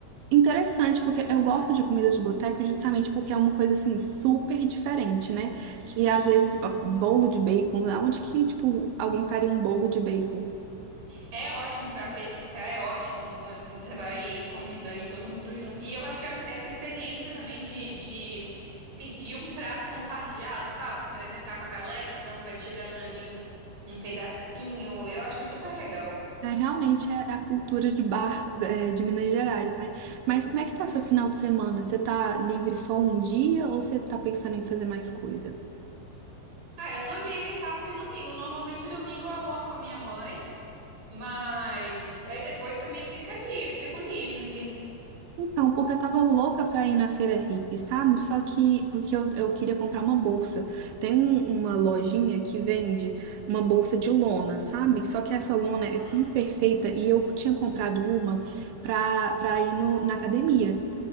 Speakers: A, on the right; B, on the right.
A: Interessante, porque eu gosto de comida de boteco justamente porque é uma coisa assim super diferente, né?
B: Uhum.
A: Que às vezes ó, bolo de bacon, aonde que tipo alguém faria um bolo de bacon?
B: É ótimo para petiscar, é ótimo. Você vai comendo ali todo mundo junto. E eu acho que é essa experiência também de, de pedir um prato compartilhado, sabe? Que você vai sentar com a galera e cada um vai tirando ali um, um pedacinho. Eu acho super legal.
A: É, realmente é a cultura de bar, é, de Minas Gerais, né? Mas como é que tá seu final de semana? Você tá livre só um dia ou você tá pensando em fazer mais coisa?
B: Ah, eu tô livre sábado e domingo. Normalmente domingo eu almoço com a minha mãe, mas aí depois também fica ali, fico livre.
A: Então, porque eu tava louca pra ir na feira hippie, sabe? Só que porque eu, eu queria comprar uma bolsa. Tem um- uma lojinha que vende uma bolsa de lona, sabe? Só que essa lona é
B: Aham.
A: imperfeita e eu tinha comprado uma pra, pra ir no, na academia.